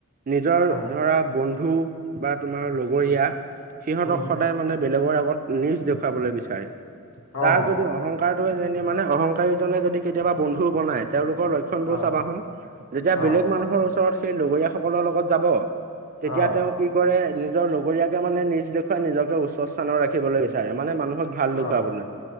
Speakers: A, on the right; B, on the left.
A: নিজৰ
B: হয়
A: ধৰা বন্ধু বা তোমাৰ লগৰীয়া
B: উম
A: সিহঁতক
B: উম
A: সদায় মানে বেলেগৰ আ নিজ দেখাবলৈ বিচাৰে তাৰ
B: অ
A: যদি অহং কাৰটোৱে যে মানে অহংকাৰীজনে যদি কেতিয়াবা বন্ধু বনাই তেওঁলোকৰ লক্ষ্য শণ বোৰ
B: অ
A: চাবা হোন যেতিয়া বেলেগ
B: অ
A: মানুহৰ ওচৰত সেই লগৰীয়া সকলৰ লগত যাব তেতিয়া
B: অ
A: তেওঁ কি কৰে নিজৰ লগৰীয়াকে মানে নিজ দেখুৱাই নিজকে উচ্চ স্থানৰ ৰাখি ব দেখিবলৈ বিচাৰে মানে মানুহক ভাল দেখুৱাবলৈ
B: অ